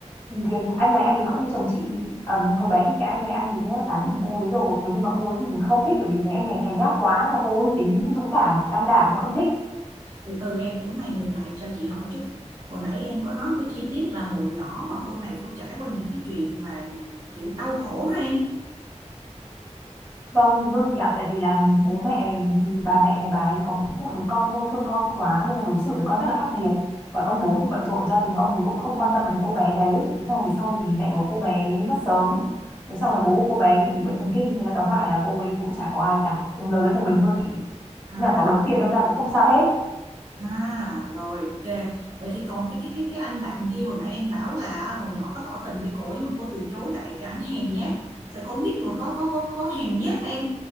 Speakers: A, on the left; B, on the right.
A: thì cái anh này anh ấy không như chồng chị Ờ, hồi bé thì cái anh này anh ấy tán tỉnh cô ấy rồi nhưng mà cô ấy thì không thích bởi vì thấy anh này hèn nhát quá và cô ấy thì tính dũng cảm can đảm nó không thích
B: từ từ em chỗ này ngừng lại cho chị hỏi chút hồi nãy em có nói một cái chi tiết là hồi nhỏ mà cô này cũng trải qua những cái chuyện mà gì kiểu đau khổ hả em
A: Vâng, đúng rồi chị ạ. Tại vì là bố mẹ thì bà mẹ này bà ấy có mỗi một đứa con thôi, thương con quá nên là đối xử với con rất là khắc nghiệt. Còn ông bố thì bận rộn gia đình, ông ấy cũng không quan tâm đến cô bé đấy. Thế xong rồi về sau thì mẹ của cô bé mất sớm. Thế xong rồi bố của cô bé thì bị bệnh thần kinh nên là tóm lại là cô ấy cũng chả có ai cả. em Lớn lên một mình thôi chị.
B: à
A: Nhưng mà có đống tiền đâm ra là cũng không sao hết.
B: À rồi ok Vậy thì còn cái cái cái cái anh bạn kia hồi nãy em bảo là hồi nhỏ có tỏ tình với cô nhưng mà cô từ chối tại cái anh hèn nhát Sao con nít mà có có có có hèn nhát hả em